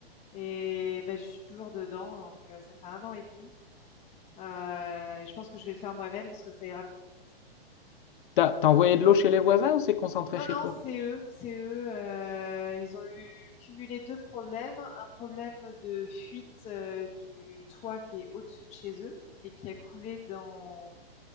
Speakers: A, on the left (about 20°); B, on the left (about 55°).
A: et bah, je suis toujours dedans, donc euh, ça fait un an et demi. Euh, je pense que je vais le faire moi-même parce que ça ira plus vite.
B: T'as, t'as envoyé de l'eau chez les voisins ou c'est concentré
A: Non,
B: chez
A: non,
B: toi?
A: c'est eux, c'est eux. euh, ils ont eu cumulé deux problèmes. Un problème de fuite euh, du toit qui est au-dessus de chez eux et qui a coulé dans